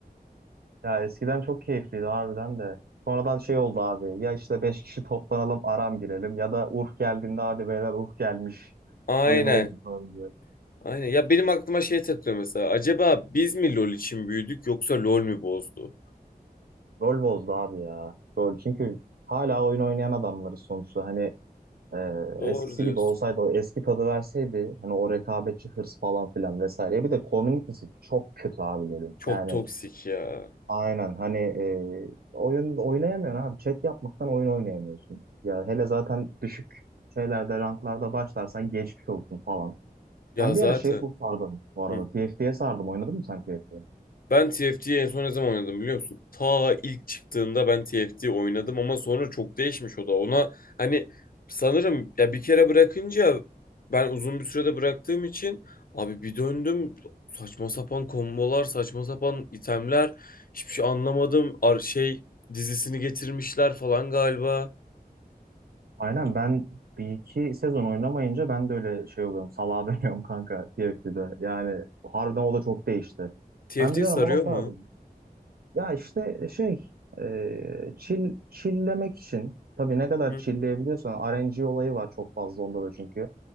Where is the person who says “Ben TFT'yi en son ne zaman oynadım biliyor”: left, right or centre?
Left